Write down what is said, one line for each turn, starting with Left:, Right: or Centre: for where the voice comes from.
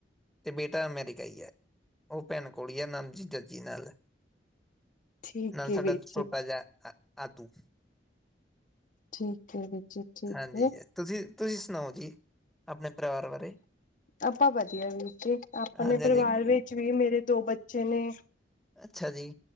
Centre: ਤੇ ਬੇਟਾ ਅਮੈਰੀਕਾ ਹੀ ਹੈ ਉਹ ਭੈਣ ਕੋਲ ਆ ਨਾਮ ਜੀ ਦੱ <unintelligible> ਜੀ ਨਾਲ
Left: ਠੀਕ
Centre: ਨ
Left: ਹੈ
Centre: ਸਾਡਾ
Left: ਵੀਰ
Centre: ਛੋਟਾ
Left: ਜੀ
Centre: ਜਿਹਾ ਆਤੂ
Left: ਠੀਕ ਏ ਜੀ। ਠੀਕ
Centre: ਹਾਂਜੀ
Left: ਹੈ
Centre: ਜ ਤੁਸੀਂ ਤੁਸੀਂ ਸੁਣਾਓ ਜੀ। ਆਪਣੇ ਪਰਿਵਾਰ ਬਾਰੇ
Left: ਆਪਾਂ ਵਧੀਆ ਵੀਰ ਜੀ ਆਪਣੇ
Centre: ਹਾਂਜੀ ਹਾਂਜੀ
Left: ਪਰਿਵਾਰ ਵਿੱਚ ਵੀ ਮੇਰੇ ਦੋ ਬੱਚੇ ਚਨੇ
Centre: ਅੱਛਾ ਜੀ।